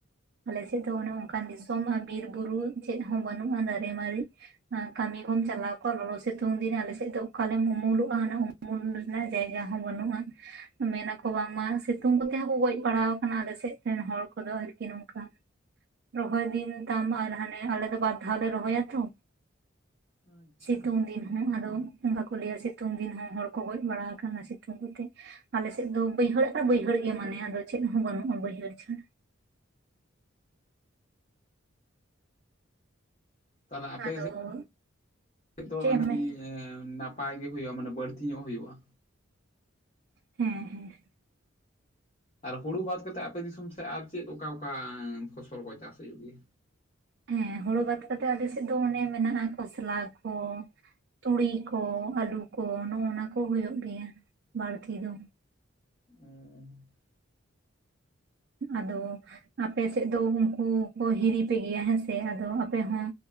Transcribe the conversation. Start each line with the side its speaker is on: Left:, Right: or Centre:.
Right: ᱟᱞᱮ ᱥᱮᱫ ᱫᱚ ᱚᱱᱮ ᱚᱱᱠᱟᱱ ᱫᱤᱥᱚᱢ ᱵᱤᱨ ᱵᱩᱨᱩ ᱪᱮᱫ ᱦᱚᱸ ᱵᱟᱹᱱᱩᱜᱼᱟ ᱫᱟᱨᱮ ᱢᱟᱨᱮ᱾ ᱠᱟᱹᱢᱤ ᱠᱚᱢ ᱪᱟᱞᱟᱣ ᱠᱚᱜᱼᱟ ᱞᱚᱞᱚ ᱥᱤᱛᱩᱝ ᱫᱤᱱ ᱟᱞᱮ ᱥᱮᱫ ᱫᱚ ᱚᱠᱟᱨᱮᱢ ᱩᱢᱩᱞᱚᱜᱼᱟ ᱩᱢᱩᱞ ᱨᱮᱱᱟᱜ ᱡᱟᱭᱜᱟ ᱦᱚᱸ ᱵᱟᱹᱱᱩᱜᱼᱟ᱾ ᱢᱮᱱᱟᱠᱚ ᱵᱟᱝᱢᱟ ᱥᱤᱛᱩᱝ ᱠᱚᱛᱮ ᱦᱚᱸᱠᱚ ᱜᱚᱡ ᱵᱟᱲᱟᱣ ᱠᱟᱱᱟ ᱟᱞᱮ ᱥᱮᱫ ᱨᱮᱱ ᱦᱚᱲ ᱠᱚᱫᱚ ᱟᱨᱠᱤ ᱱᱚᱝᱠᱟ᱾ ᱨᱚᱦᱚᱭ ᱫᱤᱱ ᱛᱟᱢ ᱟᱨ ᱟᱞᱮ ᱫᱚ ᱵᱟᱨ ᱫᱷᱟᱣ ᱞᱮ ᱨᱚᱦᱚᱭᱟ ᱛᱷᱚ
Left: ᱟᱪᱪᱷᱟ
Right: ᱥᱤᱛᱩᱝ ᱫᱤᱱ ᱦᱚᱸ ᱟᱫᱚ ᱚᱱᱠᱟ ᱠᱚ ᱞᱟᱹᱭᱟ ᱥᱤᱛᱩᱝ ᱫᱤᱱ ᱦᱚᱸ ᱦᱚᱲ ᱠᱚ ᱜᱚᱡ ᱵᱟᱲᱟ ᱟᱠᱟᱱᱟ ᱥᱤᱛᱩᱝ ᱠᱚᱛᱮ ᱟᱞᱮᱥᱮᱫ ᱫᱚ ᱵᱟᱹᱭᱦᱟᱹᱲ ᱟᱨ ᱵᱟᱹᱭᱦᱟᱹᱲ ᱜᱮ ᱢᱟᱱᱮ ᱟᱫᱚ ᱪᱮᱫ ᱦᱚᱸ ᱵᱟᱱᱩᱜᱼᱟ ᱵᱟᱹᱭᱦᱟᱹᱲ ᱪᱷᱟᱲᱟ
Left: ᱛᱟᱦᱚᱞᱮ ᱟᱯᱮ
Right: ᱟᱫᱚ
Left: ᱫᱚ
Right: ᱪᱮᱫ
Left: ᱟᱹᱰᱤ
Right: ᱮᱢ ᱢᱮᱱ
Left: ᱱᱟᱯᱟᱭ ᱜᱮ ᱦᱩᱭᱩᱜᱼᱟ ᱢᱟᱱᱮ ᱵᱟᱹᱲᱛᱤ ᱧᱚᱜ ᱦᱩᱭᱩᱜᱼᱟ ᱾
Right: ᱦᱮᱸ ᱦᱮᱸ
Left: ᱟᱨ ᱦᱩᱲᱩ ᱵᱟᱫ ᱠᱟᱛᱮᱫ ᱟᱯᱮ ᱫᱤᱥᱚᱢ ᱥᱮᱫ ᱟᱨ ᱪᱮᱫ ᱚᱠᱟ ᱚᱠᱟ ᱯᱷᱚᱥᱚᱞ ᱠᱚ ᱪᱟᱥ ᱦᱩᱭᱩᱜ ᱜᱮᱭᱟ
Right: ᱦᱮᱸ ᱦᱩᱲᱩ ᱵᱟᱫ ᱠᱟᱛᱮᱜ ᱟᱞᱮ ᱥᱮᱫ ᱫᱚ ᱚᱱᱮ ᱢᱮᱱᱟᱜᱼᱟ ᱠᱷᱚᱥᱞᱟ ᱠᱚ ᱛᱩᱲᱤ ᱠᱚ ᱟᱹᱞᱩ ᱠᱚ ᱱᱚᱜᱱᱟ ᱠᱚ ᱦᱩᱭᱩᱜ ᱜᱮᱭᱟ ᱵᱟᱲᱛᱤ ᱫᱚ
Left: <inaudible>
Right: ᱟᱫᱚ ᱟᱯᱮ ᱥᱮᱫ ᱫᱚ ᱩᱱᱠᱩ ᱠᱚ ᱦᱤᱨᱤᱯᱮ ᱜᱮᱭᱟ ᱦᱮᱸᱥᱮ ᱟᱫᱚ ᱟᱯᱮ ᱦᱚᱸ